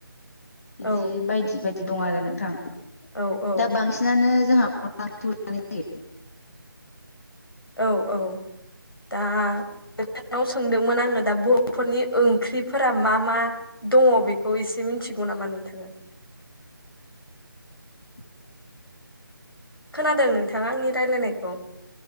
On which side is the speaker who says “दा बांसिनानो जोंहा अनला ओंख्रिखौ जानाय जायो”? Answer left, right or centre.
Left